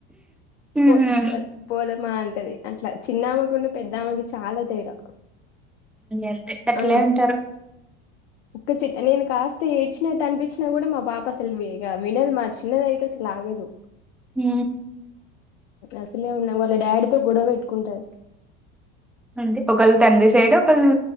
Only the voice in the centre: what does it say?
ఉమ్,
అంతే అట్లే
ఉంటారు
ఉ
అంతే ఒకళ్ళు తండ్రి సైడు ఒకళ్ళు